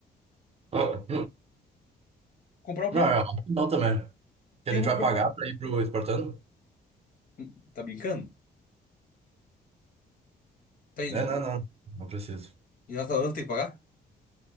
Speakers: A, on the right (about 35°); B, on the left (about 55°).
A: Ah,
B: Comprar o quê?
A: Não,
B: O
A: é não também. Que
B: que
A: a gente
B: eu vou
A: vai
B: comprar
A: pagar
B: pra ela?
A: pra ir pro Espartano?
B: Hum, Tá brincando? Tem.
A: É, não, não. Não preciso.
B: E na Atalanta tem que pagar?